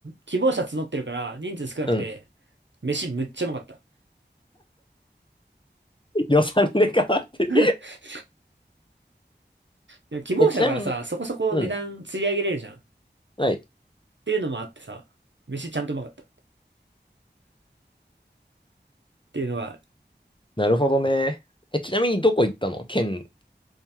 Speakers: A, on the right; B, on the left.
A: 希望者募ってるから、人数少なくて、
B: うん。
A: 飯むっちゃうまかった。
B: 予算で変わってる。
A: <laughs> でも希望者だからさ、
B: え、ちなみに、
A: そこそこ値段釣り上げれるじゃん。
B: うん。
A: っ
B: はい。
A: ていうのもあってさ、飯ちゃんとうまかった。っていうのが、
B: なるほどね。え、ちなみにどこ行ったの県、